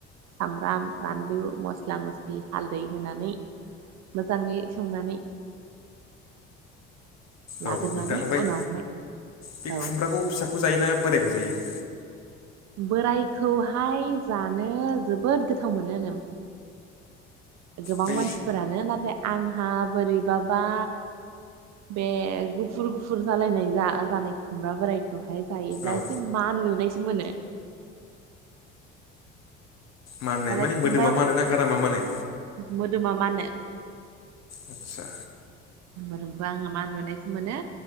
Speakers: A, on the right (about 50°); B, on the left (about 45°).
A: सामब्राम बानलु मस्ला मस्लि हालदै होनानै मोजाङै संनानै लाग्रोनानै
B: औ नोंथां ओमफ्राय
A: उनावहाय
B: बे
A: औ
B: खुमब्राखौ फिसाखौ जायोना बोरायखौ जायो
A: बोरायखौहाय जानो जोबोद गोथाव मोनो गोबां
B: बै
A: मानसिफोरानो नाथाय आंहा बोरैबाबा बे गुफुर गुफुर जालायनाय जा जानाय खुमब्रा बोराय खौहाय जायोब्ला
B: औ
A: एसे मान लुनायसो मोनो
B: माननाय
A: आरो
B: माने
A: खुमब्रा
B: मोदोमा मानो ना गारामा मानो
A: मोदोमा मानो
B: आचसा
A: मोदोमखौ आङा मा उन्दुनायसो मोनो